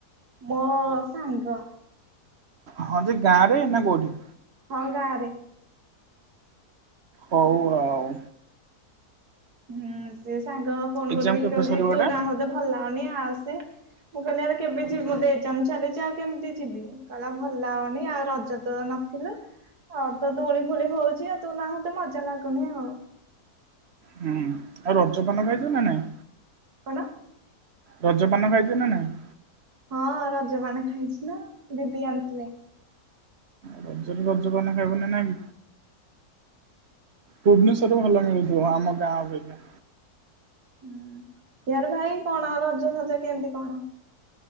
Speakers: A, on the right (about 75°); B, on the right (about 50°).
A: ମୋ ସାଙ୍ଗ।
B: ହଁ ଯେ ଗାଁ ରେ ନାଁ କୋଉଠି।
A: ହଁ ଗାଁରେ।
B: ହଉ ଆଉ।
A: ହୁଁ ସିଏ ସାଙ୍ଗ ଫୋନ୍
B: ଏକ୍ଜାମ୍
A: କରିକି
B: କେବେ
A: କହୁଚି
B: ସରିବ
A: ତୁ
B: ଏଟା?
A: ନାହୁଁ ତ ଭଲ ଲାଗୁନି ଆସେ। ମୁଁ କହିଲି ଆରେ କେବେ ଯିବି ମୋର ତ ଏଜ୍ଜାମ୍ ଚାଲିଚି ଆଉ କେମିତି ଯିବି? କହିଲା ଭଲ ଲାଗୁନି ଆଉ ରଜ ରେ ତ ନଥିଲୁ। ଆଉ ତ ଦୋଳି ଫୋଳି ହଉଚି ଯେ ତୁ ନାହୁଁ ତ ମଜା ଲାଗୁନି ଆଉ।
B: ହୁଁ, ଆଉ ରଜପାନ ଖାଇଚ ନା ନାଇଁ?
A: କଣ?
B: ରଜପାନ ଖାଇଚ ନା ନାଇଁ?
A: ହଁ ରଜପାନ ଖାଇଚି ନା ଦିଦି ଆଣିଥିଲେ।
B: ରଜରେ ରଜପାନ ଖାଇବ ନା ନାହିଁ। ଭୁବନେଶ୍ଵର ରେ ଭଲ ମିଳୁ ଯୋଉ ଆମ ଗାଁ ଅପେକ୍ଷା।
A: ସିଆଡେ ଭାଇ କଣ ରଜ ଫଜ କେନ୍ତି କଣ?